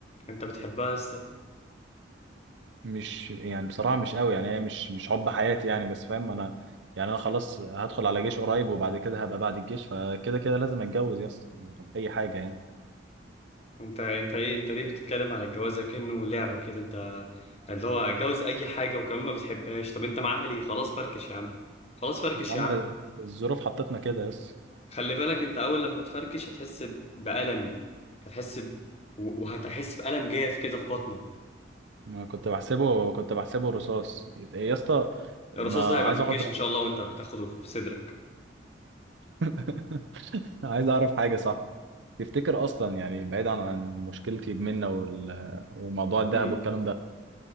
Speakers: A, on the left; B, on the right.
A: انت بتحبها يا اسطى
B: مش يعني بصراحة مش قوي يعني هي مش مش حب حياتي يعني بس فاهم انا يعني انا خلاص هدخل على جيش قريب وبعد كده هبقى بعد الجيش فكده كده لازم اتجوز يا اسطى اي حاجة يعني
A: انت انت ايه انت ليه بتتكلم على الجواز كأنه لعبة كده انت اللي هو اتجوز اي حاجة وكمان ما بتحبهاش طب انت معاها ليه خلاص فركش يا عم خلاص فركش
B: يا عم
A: يا عم
B: الظروف حطتنا كده يا اسطى
A: خلي بالك انت اول لما تفركش هتحس ب- بألم هتحس ب... و- وهتحس بألم جاف كده في بطنك
B: انا كنت بحسبه كنت بحسبه رصاص يت- إيه يا اسطى ما
A: الرصاص ده هيبقى
B: عايز
A: في الجيش
B: اقعد
A: ان شاء الله وانت بتاخده في صدرك
B: <laughs> عايز اعرف حاجه صح تفتكر اصلا يعني بعيد عن عن مشكلتي بمنة وال... وموضوع الذهب
A: امم
B: والكلام ده